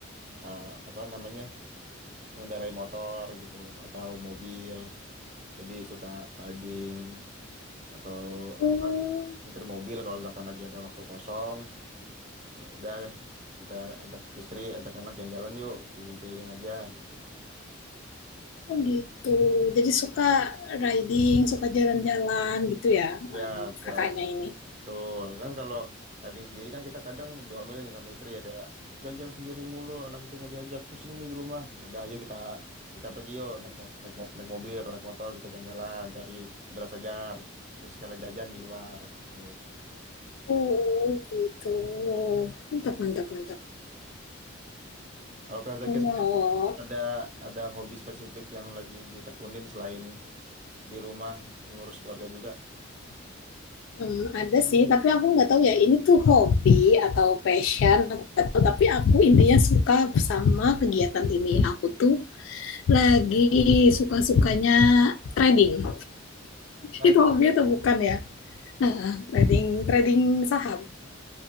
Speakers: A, on the right; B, on the left.
A: eh, apa namanya mengendarai motor gitu atau mobil jadi suka riding atau
B: Hmm,
A: apa nyetir mobil kalau misalkan lagi ada waktu kosong ya udah kita ajak istri ajak anak jalan-jalan yuk keliling-keliling aja gitu
B: Oh gitu. Jadi suka riding, suka jalan-jalan gitu ya,
A: ya
B: anu,
A: suka
B: kakaknya ini.
A: betul kan kalau kadang sendiri kan kita kadang diomelin sama istri ya kayak jalan-jalan sendiri mulu anak istri nggak diajak pusing nih di rumah ya udah ayo kita kita pergi yuk naik mo- naik, mo- naik mobil atau naik motor kita jalan-jalan cari udara segar terus sekalian jajan di luar gitu
B: Oh gitu. Mantap, mantap, mantap.
A: Kalau Kak Zakia
B: Kalau
A: sendiri ada ada hobi spesifik yang lagi ditekunin selain di rumah ngurus keluarga juga?
B: em, ada sih, tapi aku nggak tahu ya ini tuh hobi atau passion, aku nggak tahu. Tapi aku intinya suka sama kegiatan ini. Aku tuh lagi suka-sukanya trading.
A: Trading.
B: Itu hobi atau bukan ya? Nah, trading, trading saham.